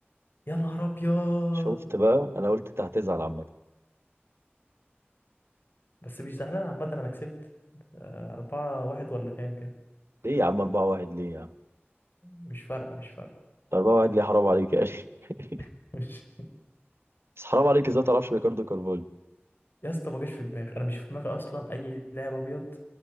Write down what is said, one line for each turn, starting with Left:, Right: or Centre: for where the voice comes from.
Left: يا نهار أبيض
Right: شفت بقى انا قلت انت هتزعل عامه
Left: بس مش زعلان عامة أنا كسبت آه أربعة واحد ولا كام كده
Right: ليه يا عم 4 1 ليه يا عم
Left: مش فارقة مش فارقة
Right: 4 1 ليه حرام عليك يا اخي <laughs>
Left: <laughs> مش
Right: بس حرام عليك ازاي ما تعرفش ريكاردو كارفاليو
Left: يا اسطى ما جاش في دماغي أنا مش في دماغي أصلا أي لاعب أبيض